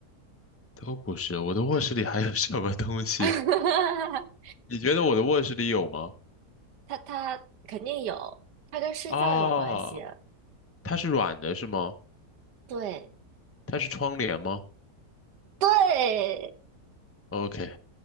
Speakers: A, on the left; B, on the right.
A: 都不是，我的卧室里还有什么东西啊
B: <laughs>
A: 你觉得我的卧室里有吗？
B: 它它肯定有，它跟睡觉有关系。
A: 啊，它是软的是吗？
B: 对
A: 它是窗帘吗
B: 对，
A: ？OK，